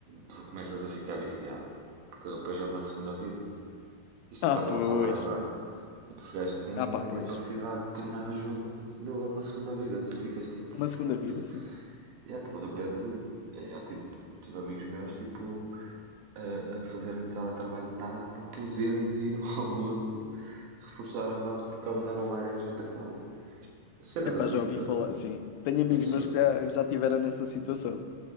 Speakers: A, on the right (about 85°); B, on the left (about 80°).
A: tu começas a ficar viciado. Porque depois é uma segunda vida. Isto
B: Ah,
A: que estamos
B: pois.
A: a falar agora, tipo, os gajos têm
B: Ah, pá,
A: essa
B: pois.
A: capacidade de tornar o jogo, meu, é uma segunda vida. Tu ficas tipo,
B: Uma
A: "Foda-se,
B: segunda vida, sim.
A: E até de repente, eu já tive, tive amigos meus tipo, a, a fazerem teletrabalho de tarde para poderem ir ao almoço reforçar a base porque andava uma gaja a atacá-la. Cenas
B: Epá,
A: assim,
B: já ouvi
A: estás
B: falar,
A: a ver?
B: sim. Tenho amigos
A: É absurdo.
B: meus que já, já tiveram nessa situação.